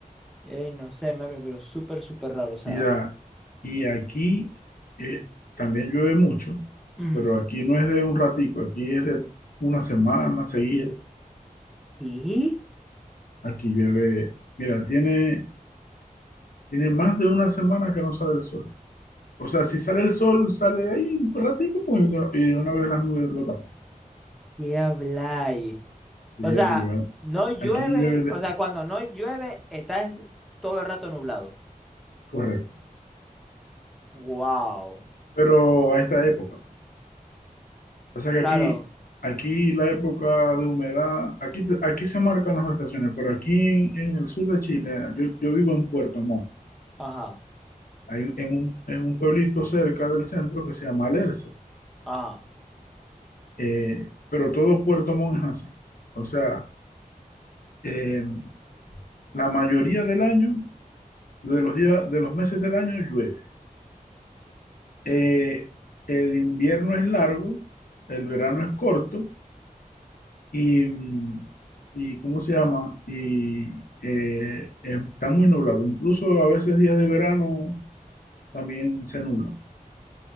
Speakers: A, in the centre; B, on the left.
A: eh, no sé, Mervin, pero súper, súper raro. O sea,
B: Mira, y aquí eh, también llueve mucho,
A: ujú,
B: pero aquí no es de un ratico, aquí es de una semana seguida.
A: ¿qué?
B: Aquí llueve, mira, tiene, tiene más de una semana que no sale el sol. O sea, si sale el sol, sale ahí un ratico pues, y de y de una vez las nubes lo tapan.
A: ¿Qué habláis?
B: Sí,
A: O sea,
B: aquí llueve,
A: no llueve,
B: aquí llueve, de-
A: o sea, cuando no llueve, está es- todo el rato nublado.
B: correcto,
A: Wow.
B: pero a esta época. O sea que
A: Claro.
B: aquí, aquí la época de humedad, aquí, te- aquí se marcan las estaciones, pero aquí en, en el sur de Chile, yo, yo vivo en Puerto Montt,
A: Ajá,
B: hay, en un, en un pueblito cerca del centro que se llama Alerce,
A: ajá.
B: eh, pero todo Puerto Montt es así. O sea, eh, la mayoría del año, de los días, de los meses del año llueve. Eh, el invierno es largo, el verano es corto Y, mm, y ¿cómo se llama? Y eh, eh, está muy nublado. Incluso a veces días de verano también se nubla.